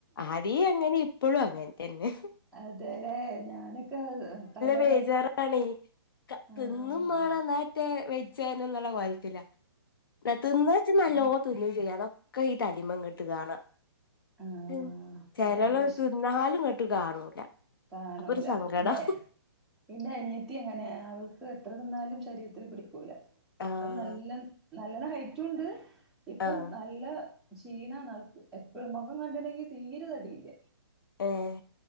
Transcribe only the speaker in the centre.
അതലേ ഞാനൊക്കെ കല്ല്യാണം
ആഹ്
ആഹ്
അതാണ് പ്രശ്നം
കാണൂല
ഇതെ ഇന്റെ അനിയത്തി അങ്ങനേ അവൾക്ക് എത്ര തിന്നാലും ശരീരത്തില് പിടിക്കൂല.
അത് നല്ലൻ നല്ലണ് അയ്റ്റൂണ്ട് ഇപ്പൊ
നല്ല ക്ഷീണാ വൾക്ക്. എപ്പളും മൊഖം കണ്ട്ണെങ്കി തീരെ തടിയില്ല